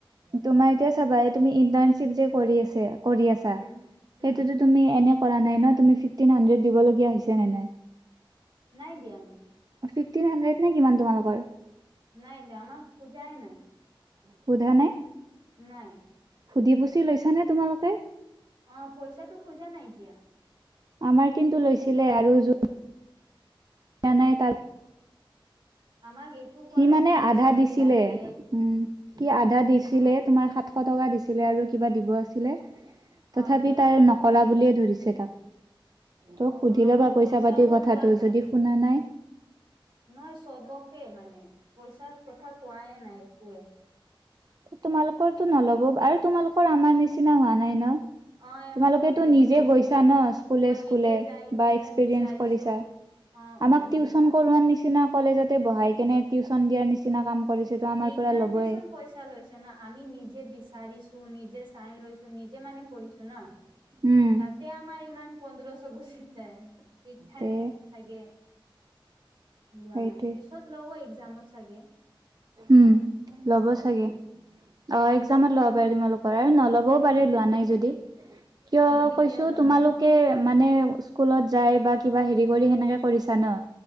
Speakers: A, on the right; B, on the right.
A: তোমাৰ এতিয়া চাবা এই তুমি ইন্টাৰ্নশ্বিপ যে কৰি আছে। কৰি আছা
B: উম
A: সেইটোতো
B: উম
A: তুমি এনে। কৰা নায় ন তুমি ফিভতিন সন্দ্ৰেত দিব হৈছে নে মায়।
B: নাই দিয়া আমি।
A: ফিফটিন হাড্ৰেড নে কিমান তোমালোকৰ।
B: নাই নাই আমাক খোজাই নাই।
A: সোধা নাই
B: নাই
A: সুধি পুচি লৈছানে তোমালোকে।
B: অ পইচাটো খোজা নাই এতিয়া।
A: আমাৰ কিন্তু লৈছিলে আৰু য। ন নাই তাত।
B: আমাক একো কোৱা
A: সি
B: নাই
A: মানে
B: কি পইচাবোৰ
A: আধা দিছিলে
B: লাগে
A: উম সি আধা দিছিলে
B: অ',
A: তোমাৰ সাত। শটকা দিছিলে আৰু কিবা দিব আছিলে
B: অ',
A: তথাপি তাইৰ। কলা বুলিয়ে ধৰিছে তাক
B: অ',
A: ত সুধি
B: আমাৰ
A: লবা পইচা
B: পইচাবোৰ
A: পাতিৰ কথাটো
B: লোৱা নাই
A: যদি শুনা নাই।
B: নহয় সবকে মানে পইচাৰ কথা কোৱাই নাই একোৱে।
A: তোমালোকৰটো নল'ব আৰু তোমালোকৰ আমাৰ নিচিনা হোৱা নাই ন।
B: অ', আমাৰ
A: তোমালোকেতো
B: অলপ বেলেগ
A: নিজে
B: হৈছে
A: গৈছা ন স্কুলে
B: অ',
A: স্কুলে
B: নিজে যাই কিনে
A: বা এক্সপিৰিয়েঞ্চ
B: বিচাৰিছো
A: কৰিছা।
B: অ', অ',
A: আমাক
B: এইটো
A: টিউশচন
B: হয়
A: কৰোৱাৰ নিচিনা কলেজতে বহাই কেনে টিউশচন দিয়াৰ নিচিনা কাম। কৰিছে তো আমাৰ
B: সেই
A: পৰা
B: কাৰণে
A: ল'বই
B: চোন পইচা লৈছ। আমি নিজে বিচাৰিছো নিজে চাইন লৈছো নিজে মানে কৰিছো ন।
A: উম
B: তাতে আমাৰ ইমান পোন্ধৰশ গুছি যায় সেইকাৰণে
A: তে
B: চাগে। লোৱা
A: সেইটোৱে
B: নাই পিছত লব এক্সজামত চাগে।
A: উম লব চাগে। অ এক্সজমত লব পাৰে তোমালোকৰ আৰু নল'বও পাৰে লোৱা নাই যদি। কিয়
B: অ', যদি এতিয়া
A: কৈছো
B: লোৱা
A: তোমালোকে।
B: নাই
A: মানে স্কুলত যাই বা কিবা হেৰি কৰি সেনেকে কৰিছা ন।